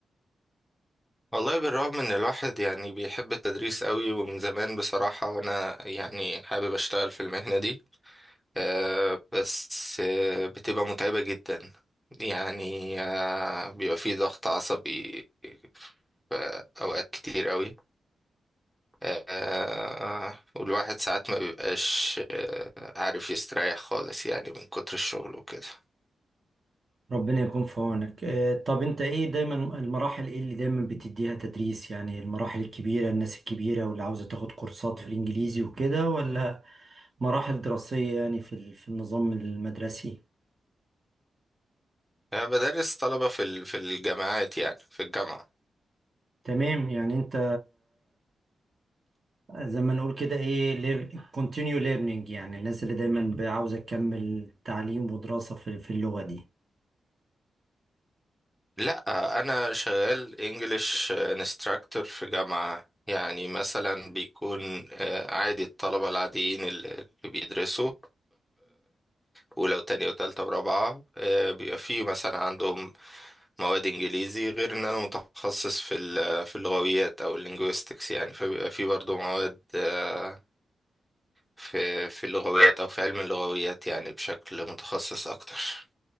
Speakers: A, in the centre; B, on the right (about 40°).
A: والله بالرغم ان الواحد يعني بيحب التدريس قوي ومن زمان بصراحة وانا يعني حابب اشتغل في المهنة دي آه، بس آه، بتبقى متعبة جدا يعني آه، بيبقى فيه ضغط عصبي آه، في اوقات كتير قوي آه، والواحد ساعات ما بيبقاش آه، عارف يستريح خالص يعني من كتر الشغل وكده
B: ربنا يكون في عونك آه، طب انت ايه دايما المراحل ايه اللي دايما بتديها تدريس يعني المراحل الكبيرة الناس الكبيرة واللي عاوزة تاخد كورسات في الانجليزي وكده ولا مراحل دراسية يعني في ال- في النظام المدرسي
A: أنا بدرس طلبة في ال- في الجامعات يعني في الجامعة
B: تمام يعني انت زي ما نقول كده ايه lear- continue learning يعني الناس اللي دايما ب- عاوزة تكمل تعليم ودراسة في في اللغة دي
A: لا آه، أنا شغال انجليش انستراكتور في جامعة يعني مثلا بيكون آه، عادي الطلبة العاديين اللي بيدرسوا ولو تانية وتالتة ورابعة آه، بيبقى فيه مثلا عندهم مواد انجليزي غير ان انا متخصص في ال- في اللغويات او اللينجويستكس يعني فبيبقى في برضو مواد آه، في في اللغويات او في علم اللغويات يعني بشكل متخصص اكتر